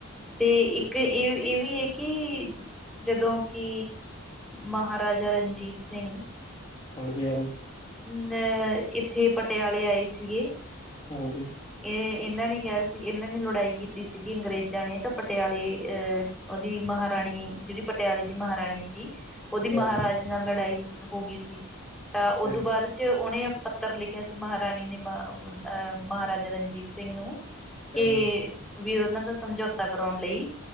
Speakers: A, in the centre; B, on the left.
A: ਤੇ ਇੱਕ ਏ ਈਵੀ ਐਕਿ ਜਦੋਂ ਕਿ ਮਹਾਰਾਜਾ ਰਨਜੀਤ ਸਿੰਘ
B: ਹਾਂਜੀ-ਹਾਂਜੀ
A: ਅ ਏਥੇ ਪਟਿਆਲੇ ਆਏ ਸੀਗੇ
B: ਹੰਜੀ।
A: ਏ ਏਨਾਂ ਨੇ ਕਿਆ ਸੀ ਏਨਾਂ ਨੇ ਲੜਾਈ ਕੀਤੀ ਸੀਗੀ ਅੰਗਰੇਜ਼ਾਂ ਨੇ ਤਾਂ ਪਟਿਆਲੇ ਅ ਓਦੀ ਮਹਾਰਾਨੀ ਜੇੜੀ ਪਟਿਆਲੇ ਦੀ ਮਹਾਰਾਨੀ ਸੀ ਓਦੀ ਮਹਾਰਾਜ
B: ਹਾਂਜੀ
A: ਨਾਲ ਲੜਾਈ ਹੋਗੀ ਸੀ ਤਾਂ ਉਦੋਂ
B: ਹਾਂਜੀ
A: ਬਾੱਦ ਚ ਓਨੇ ਪੱਤਰ ਲਿਖਿਆ ਸੀ ਮਾਹਾਰਾਨੀ ਨੇ ਅ ਮਹਾਰਾਜਾ ਰਨਜੀਤ ਸਿੰਘ ਨੂੰ ਕੈ
B: ਹਾਂਜੀ
A: ਵੀ ਓਨਾਂ ਦਾ ਸਮਝੌਤਾ ਕਰਾਉਨ ਲਈ